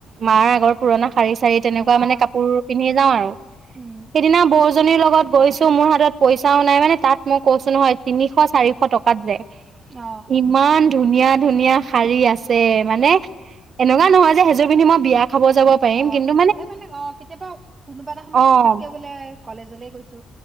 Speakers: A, on the right; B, on the right.
A: মাৰ আগৰ পুৰণা শাৰি চাৰি তেনেকুৱা
B: অ
A: মানে কাপোৰ পিন্ধে যাওঁ আৰু
B: উম
A: সেইদিনা বৌ জনীৰ লগত গৈছো মোৰ হাতত পইচাও নাই মানে তাত মই কৈছো নহয় তিনিশ চাৰিশ টকাত যায়।
B: অ
A: ইমান ধুনীয়া ধুনীয়া শাৰী আছে মানে এনেকুৱা নহয় যে সেইযোৰ পিন্ধি মই বিয়া খাব যাব পাৰিম
B: অ'
A: কিন্তু
B: এ মানে অ কেতিয়াবা কোনোবা এটা সময়ত
A: অ',
B: পুতুককে বোলে কলেজ <unintelligible> যলৈ গৈছো।